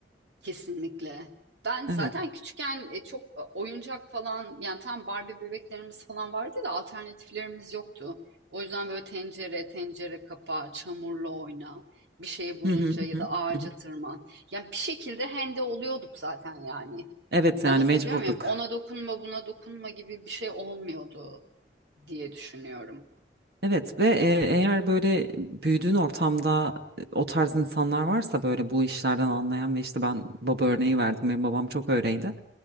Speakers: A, on the right; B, on the right.
A: Kesinlikle. Ben zaten
B: Evet.
A: küçükken e, çok e, oyuncak falan yani tam Barbie bebeklerimiz falan vardı da alternatiflerimiz yoktu. O yüzden böyle tencere, tencere kapağı, çamurla oyna, bir şey bulunca
B: Hı hı, hı
A: ya da
B: hı,
A: ağaca
B: hı
A: tırman. Yani bir şekilde hende oluyorduk zaten yani.
B: Evet
A: Anlatabiliyor
B: yani mecburduk.
A: muyum? Ona dokunma, buna dokunma gibi bir şey olmuyordu diye düşünüyorum.
B: Evet ve e, eğer böyle büyüdüğün ortamda e, o tarz insanlar varsa böyle bu işlerden anlayan ve işte ben baba örneği verdim benim babam çok öyleydi.